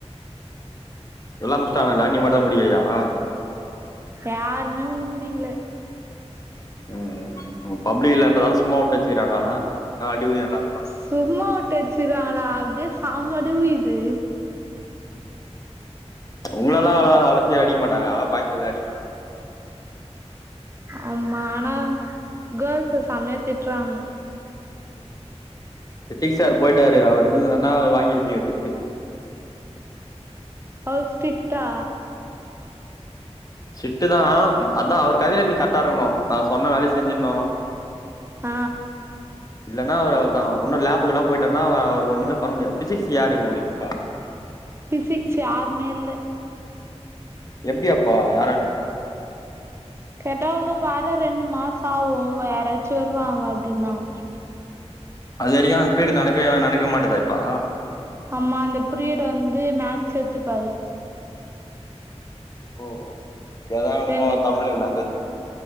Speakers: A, on the left (about 30°); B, on the right (about 20°).
A: எல்லா முடிச்டாங்ல்லா நீ மட்டு தா முடிக்கிலியாமா
B: யாருமே உண்ணு முடிக்கல
A: ம் பப்ளிக் இல்லன்றதால சும்மா வுட்டுவச்சுகிறாங்க என்னா அடிவுலு நல்லா
B: சும்மா வுட்டு வச்சிருக்காங்ளா அப்டியே செம்ம அடி விழுது
A: உங்களெல்லா அவ்வள அவ்ள சீக்கர அடிக்க மாட்டாங்க பாய்ஸை தா அடிப்
B: ஆமா ஆனா கேர்ள்ஸ செமையா திட்றாங்
A: பிசிக்ஸ் சார் போயிட்டாரு அவர் இருந்திருந்தார்னா வாங்கிருப்பீங்க திட்டு
B: அவரு ஸ்ட்ருட்டா
A: ஸ்ட்ரிட்டு தா அதா அவர் கதையில நீ கரெக்டா இருக்கணு நா சொன்ன வேலைய செஞ்சிட்ணு
B: அ
A: இல்லனா அவர் அவ்ளதா ஒன்னு லேபுக்கு எல்லா போயிட்டனா அவ அவர் ஒண்ணுமே பண்ண முடியாது பிசிக்ஸ் யாரு உங்களுக்கு இப்ப
B: பிசிக்ஸ் யாருமே இல்ல
A: எப்படி அப்போ யாரா
B: கேட்டா ஒன்னு வா ன்னு ரெண்டு மாச ஆகு யாராச்சு வருவாங்க அப்படின்னாங்க
A: அது வரைக்கு அந்த பீரிடு நடக்கவே நடக்க மாட்டேதா இப்போ
B: ஆமா அந்த பீரியடு வந்து மேக்ஸ் எடுத்துப்பாரு
A: ஓ எத எனக்கு
B: ரெண்டு
A: தமிழுக்கு நடந்துது